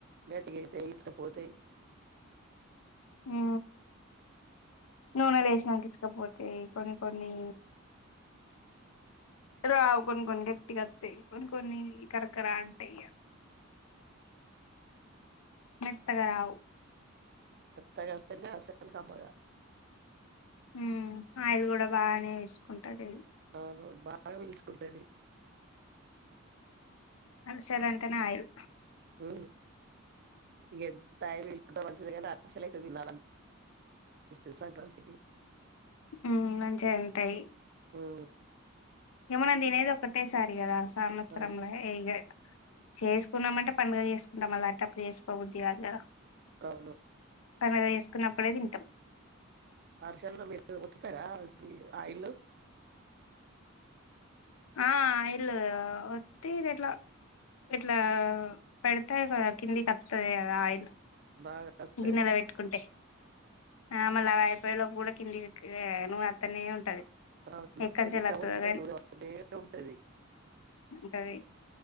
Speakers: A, on the right; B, on the left.
A: గట్కి అయితయ్ ఇచ్చుక పోతేాయి
B: హు నూనె లేసిినంకించ్చుకపోతేాయి కొన్ని కొన్ని రావు కొన్ని కొన్ని గట్టిగాత్తాయి కొన్ని కొన్ని కరకరా అంటాయి మెత్తగరావు
A: మేత్తగాస్తేనే హర్షాలు కమ్మగా
B: హు ఆయిల్ కూడా బాగానే పిర్సుకుంటాది ఇది
A: అవునవును బాగా పీల్చుకుంటది
B: హర్షల్ అంటేనే ఆయిల్
A: హు ఇగ ఎం తాయిల్ పిల్ కున్న మంచిదే కానీ హర్షల్ అయితె తినలనిపిస్తది సంక్రాంతికి
B: ఉ మంచిగ ఉంటాయి
A: హ్మ్
B: ఇగ మనం తినేది ఒకటే సారి కదా సంవత్సరంల
A: ఆ
B: ఏగ చేసుకున్నామంటే పండుగ చేసుకుంటాం మళ్ళా అట్టేప్పుడు చేసుకోబుద్దు కాదు కదా
A: అవును
B: పండుగకు వేసుకున్నప్పుడే తింటాం
A: హర్షల్ <unintelligible> ఒత్తుతారా మీ ఆయిన్లు
B: ఆ ఆయిల్ ఒత్తి ఆ అట్లా ఇట్లా పెడతరు కదా కిందికి వత్తది కదా ఆయిల్
A: బాగా వస్తది
B: గిన్నెల పెట్టుకుంటే ఆ మళ్ళ అవి అయిపోయే లోపు కూడా కిందికి నూనె అత్తనే ఉంటది
A: అవును
B: ఎక్కంచెలి
A: ఎంత
B: వత్తదో
A: వత్తిన
B: గాని
A: నూనె వస్తనే ఉంటది
B: ఉంటది